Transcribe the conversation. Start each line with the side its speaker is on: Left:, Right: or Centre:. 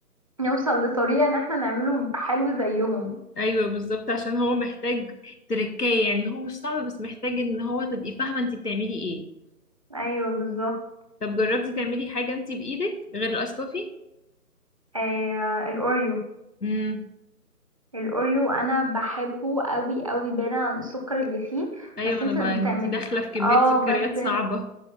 Right: نوصل لطريقة ان احنا نعمله حلو زيهم
Left: ايوه بالظبط عشان هو محتاج تركاية يعني هو مش صعب بس محتاج ان هو تبقي فاهمة انت بتعملي ايه
Right: ايوه بالظبط
Left: طب جربتي تعملي حاجة انت بايدك غير الاسكوفي
Right: آه الاوريو
Left: امم
Right: الاوريو انا بحبه قوي قوي بعيدا عن السكر اللي فيه
Left: ايوه
Right: بس
Left: انا
Right: انت
Left: بقى
Right: لما بتعملي
Left: انت داخلة في كمية
Right: اه
Left: سكريات
Right: بس
Left: صعبة